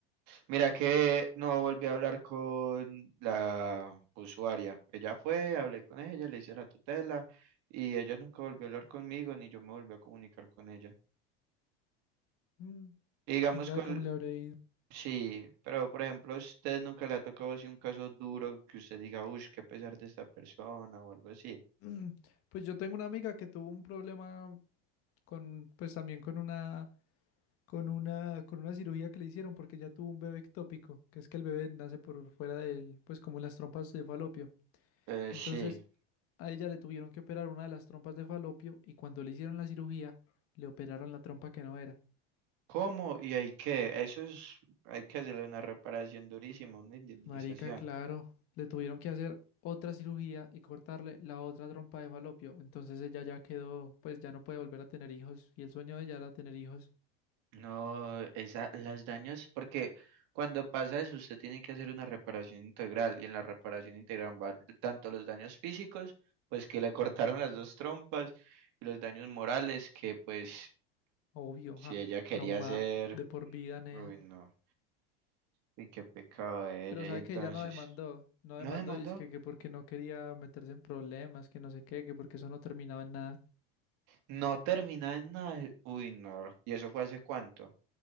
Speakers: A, on the right (about 60°); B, on the left (about 50°).
A: Mira que no volví a hablar con la usuaria, ella fue, hablé con ella, le hice la tutela y ella nunca volvió a hablar conmigo, ni yo me volví a comunicar con ella.
B: Mm,
A: Y digamos
B: quién sabe
A: cuál,
B: cómo le habrá ido.
A: sí, pero por ejemplo, si a usted nunca le ha tocado así un caso duro que usted diga, uff, qué pesar de esta persona o algo así.
B: Mm, pues yo tengo una amiga que tuvo un problema con, pues también con una, con una, con una cirugía que le hicieron porque ella tuvo un bebé ectópico, que es que el bebé nace por fuera del, pues como las trompas de falopio.
A: Eh,
B: Entonces
A: sí.
B: A ella le tuvieron que operar una de las trompas de falopio y cuando le hicieron la cirugía, le operaron la trompa que no era.
A: ¿Cómo? ¿Y hay que? Eso es, hay que hacerle una reparación durísima, una indemnización.
B: Marica, claro, le tuvieron que hacer otra cirugía y cortarle la otra trompa de falopio. Entonces ella ya quedó, pues ya no puede volver a tener hijos y el sueño de ella era tener hijos.
A: No, esa, las daños, porque cuando pasa eso, usted tiene que hacer una reparación integral, y en la reparación integral van tanto los daños físicos, pues que le cortaron las dos trompas, y los daños morales, que pues
B: Obvio,
A: si
B: ja,
A: ella quería
B: traumada
A: hacer
B: de por vida, Nea.
A: Uy, no. Y qué pecado de
B: Pero
A: ella.
B: sabe
A: Y entonces,
B: que ella no demandó, no demandó,
A: ¿no demandó?
B: dice que, que porque no quería meterse en problemas, que no sé qué, que porque eso no terminaba en nada.
A: No terminaba en nada. Uy, no. ¿Y eso fue hace cuánto?